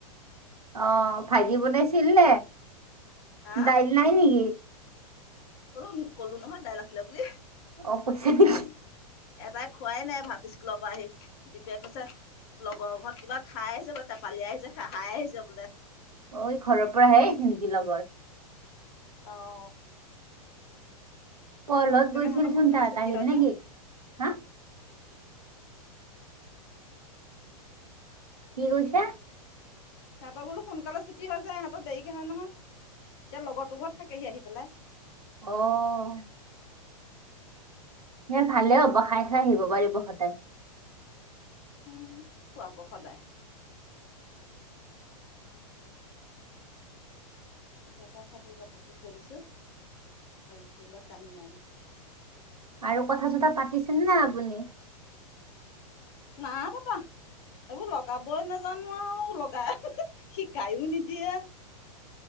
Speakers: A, on the right; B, on the left.
A: অ', ভাজি বনাইছিল নে?
B: হা
A: দাইল নাই নেকি?
B: কলো কলো নহয়, দাইল আছিলে বুলি
A: অ', <unintelligible>
B: এটাই খোৱাই নাই ভাত স্কুলৰ পৰা আহি দীপে কৈছে লগৰ ঘৰত কিবা খাই আহিছে বোলে টেপালি আহিছে খহাই আহিছে বোলে।
A: অ', ই ঘৰৰ পৰাহে আহিছে নেকি লগৰ?
B: অহ।
A: পলহঁত গৈছিল
B: সিহঁতৰ
A: চোন,
B: সোনকালে
A: তাত
B: ছুটি
A: আহিল
B: হয় যে
A: নেকি? হা? কি কৈছে?
B: সিহঁতৰ বোলো সোনকালে ছুটি হৈ যায়, সিহঁতৰ দেৰিকে হয় নহয়। এতিয়া লগৰতো ঘত থাকেহি আহি পেলাই
A: অহ ইয় ভালে হ'ব খাই খাই আহিব পাৰিব সদায়
B: উ, খুৱাব সদায়। কেতিয়া খায় খাই থাকিব, ঢাকি থৈ দিছোঁ। লাগি থাকিবলৈ টাইম নাই মোৰ।
A: আৰু কথা-চথা পাতিছেনে নাই আপুনি?
B: নাপাতা এইবোৰ লগাবই নাজানো আও‌ হি হি হি লগাই শিকায়ও নিদিয়ে